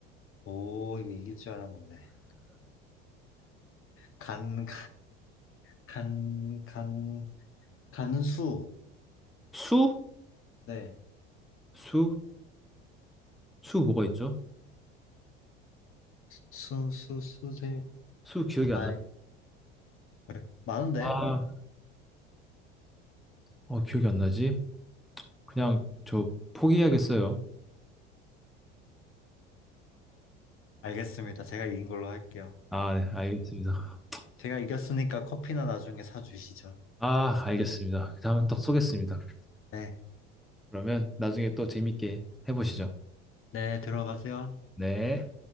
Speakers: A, on the left; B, in the centre.
A: 오, 이거 이길 줄 알았는데. 간, 간, 간, 간수.
B: 수,
A: 네.
B: 수, 수 뭐가 있죠?
A: 수, 수, 수세.
B: 수 기억이 안
A: 아,
B: 나.
A: 그래? 많은데?
B: 아, 어, 기억이 안 나지? 그냥 저 포기해야겠어요.
A: 알겠습니다. 제가 이긴 걸로 할게요.
B: 아, 네, 알겠습니다.
A: 제가 이겼으니까 커피나 나중에 사주시죠.
B: 아, 알겠습니다. 다음은 딱 쏘겠습니다.
A: 네.
B: 그러면 나중에 또 재밌게 해보시죠.
A: 네, 들어가세요.
B: 네.